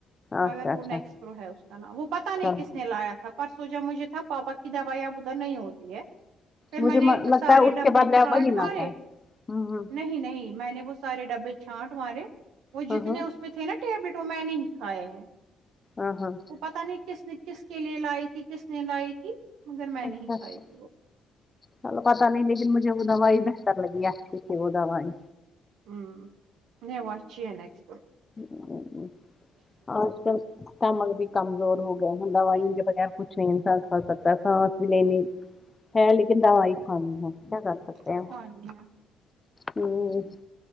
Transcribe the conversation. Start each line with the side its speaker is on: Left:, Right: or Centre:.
Left: اچھا
Right: مگر
Left: اچھا
Right: وہ نیکس پرو ہے اس کا نام وہ پتا نہیں
Left: چلو
Right: کس نے لایا تھا پر سوچا مجھے تھا پاپا کی دوائی اب ادھر نہیں ہوگی پھر
Left: مجھے
Right: میں نے
Left: لگتا
Right: سارے
Left: ہے اس
Right: ڈبے
Left: کے بعد ل
Right: چھانٹ
Left: وہی لاتا
Right: مارے
Left: ہے ہوں ہوں
Right: نہیں نہیں میں نے وہ سارے ڈبے چھانٹ مارے وہ
Left: ہاں
Right: جتنے
Left: ہاں
Right: اس میں تھے نا ٹیبلیٹ وہ میں نے ہی کھائے ہیں
Left: ہاں ہاں
Right: وہ پتہ نہیں کس نے کس کے لیے لائی تھی کس نے لائی تھی مگر میں نہیں
Left: اچھا
Right: کھائی
Left: اچھا
Right: تھی وہ
Left: چلو پتہ نہیں لیکن مجھے وہ دوائی میں پر لگیا اچھی تھی وہ دوائی
Right: ہوں نہیں وہ اچھی ہے نیکس پرو
Left: ہ آج کل کامل بھی کمزور ہو گئے ہیں دوائیوں کے بغیر کچھ نہیں انسان ہو سکتا سانس بھی نہیں لے ہے لیکن دوائی کھانی ہے کیا کر سکتے ہیں
Right: آسانی ہے
Left: ہوں